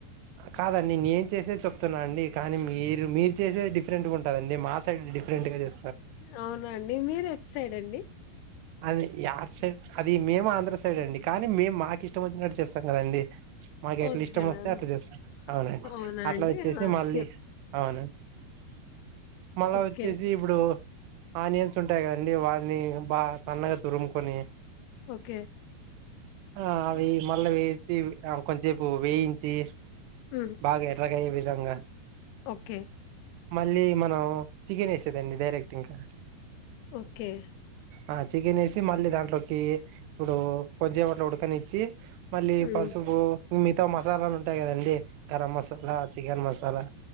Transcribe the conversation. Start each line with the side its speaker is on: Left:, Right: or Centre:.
Right: కాదండి నేను చేసేది చెప్తున్నా అండి కానీ మీరు మీరు చేసేది డిఫరెంట్గా ఉంటదండి మా సైడ్ డిఫరెంట్ గా చేస్
Left: అవునండి మీరు ఎటు సైడ్ అండి
Right: అది ఆ సైడ్ అది మేము ఆంధ్ర సైడ్ అండి కానీ మేము మాకు ఇష్టం వచ్చినట్టు చేస్తాం కదండి మాకు ఎట్లా
Left: ఓకేనా
Right: ఇష్టం వస్తే
Left: అండి
Right: అట్లా చేస్తాం అవునండి
Left: అవునా
Right: అట్లా
Left: అండి
Right: వచ్చేసి
Left: ఆ
Right: మళ్ళీ
Left: చెప్
Right: అవును మల్లా
Left: ఓకే
Right: వచ్చేసి ఇప్పుడు ఆనియన్స్ ఉంటాయి గా అండి వాన్నీ బా సన్నగా తురుముకొని
Left: ఓకే
Right: ఆ అవి మల్ల వేసి కొంచేపు వేయించి
Left: హ్మ్
Right: బాగా ఎర్రగయ్యే విధంగా
Left: ఓకే
Right: మళ్ళీ మనం చికెన్ ఏసేదండి డైరెక్ట్ ఇంకా
Left: ఓకే
Right: ఆ చికెన్ ఏసి మళ్ళీ దాంట్లోకి ఇప్పుడు కొంచెం వాట్లో ఉడకనిచ్చి మళ్ళీ
Left: హ్మ్
Right: పసుపు మీతో మసాలాలు ఉంటాయి గదండి గరం మసాలా చికెన్ మసాలా